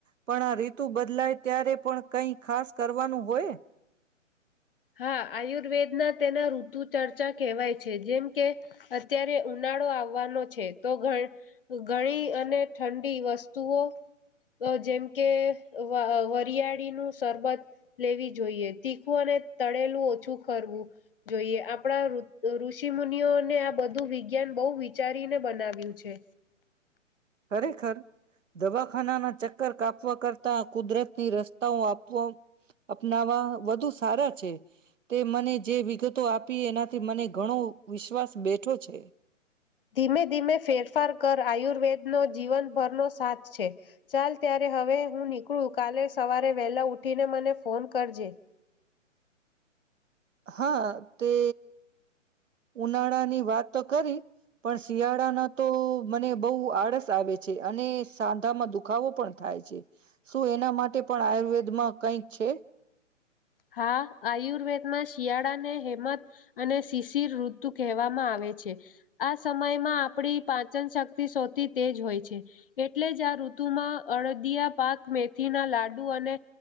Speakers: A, on the right; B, on the left.
A: પણ આ રીતુ બદલાય ત્યારે પણ કંઈ ખાસ કરવાનું હોય.
B: હા આયુર્વેદના તેના ઋતુ ચર્ચા કહેવાય છે જેમ કે અત્યારે ઉનાળો આવવાનો છે તો ઘણી અને ઠંડી વસ્તુઓ જેમ કે વરિયાળીનું સરરબત લેવી જોઈએ તીખું અને તળેલું ઓછું ખરવું જોઈએ આપણા ઋષિ મુનિઓને આ બધું વિજ્ઞાન બહુ વિચારીને બનાવ્યું છે.
A: ખરેખર દવાખાનાના ચ ઘર કાપવા કરતા કુદરત ની રસ્તાઓ આપવા અપનાવા વધુ સારા છે. તે મને જે વિગત તો આપી એનાથી મને ઘણો વિશ્વાસ બેઠો છે.
B: ધીમે ધીમે ફેરફાર કર આયુર્વેદનોો જીવનભરનો સાથ છે ચાલ ત્યારે હવે હું નીકળું કાલે સવારે વહેલા ઉઠીને મને ફોન કરજે.
A: હા તે ઉનાળા ની વાત તો કરી પણ શિયાળાના તો મને બહુ આળસ આવે છે અને સાંધામાં દુખાવો પણ થાય છે. શું એના માટે પણ આયુર્વેદ માં કંઈક છે.
B: હા આયુર્વેદમાં શિયાળાને હેમત અને શિશિર ઋ તું કહેવામાં આવે છે આ સમય આપણી પાચન શક્તિ સૌથી તેજ હોય છે એટલે જ આ ઋતુમાં અળદિયા પાક, મેથી ના લાડુ, અને